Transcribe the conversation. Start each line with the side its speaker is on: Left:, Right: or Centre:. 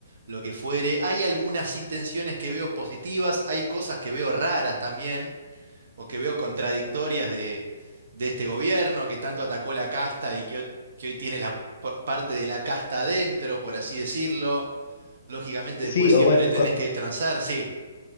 Right: lo que fuere. Hay algunas intenciones que veo positivas, hay cosas que veo raras también, o que veo contradictorias de, de este gobierno que tanto atacó la casta y que, ho- que hoy tiene la p- parte de la casta adentro, por así decirlo. Lógicamente
Left: Sí,
Right: después siempre
Left: o bueno,
Right: tenés
Left: co-
Right: que transar, sí.